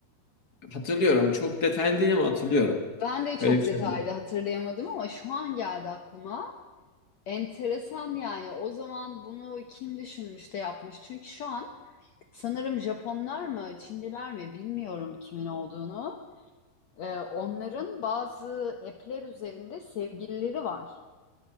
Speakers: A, on the left; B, on the left.
A: Hatırlıyorum. Çok detaylı değil ama hatırlıyorum.
B: Ben de çok
A: Öyle bir şey
B: detaylı
A: oldu.
B: hatırlayamadım ama şu an geldi aklıma. Enteresan yani. O zaman bunu kim düşünmüş de yapmış? Çünkü şu an sanırım Japonlar mı, Çinliler mi bilmiyorum kimin olduğunu. E, onların bazı app'ler üzerinde sevgilileri var.